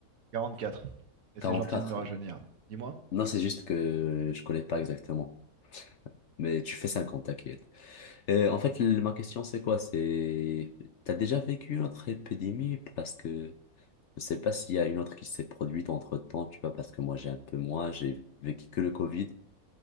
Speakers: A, on the right; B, on the left.
A: 44. Et c'est
B: quatre
A: gentil de me rajeunir. Dis-moi.
B: Non, c'est juste que je connais pas exactement. Mais tu fais 50 t'inquiète. Et en fait, le- ma question, c'est quoi? C'est, t'as déjà vécu une autre épidémie? Parce que je sais pas s'il y a une autre qui s'est produite entre-temps, tu vois, parce que moi, j'ai un peu moins, j'ai vécu que le Covid.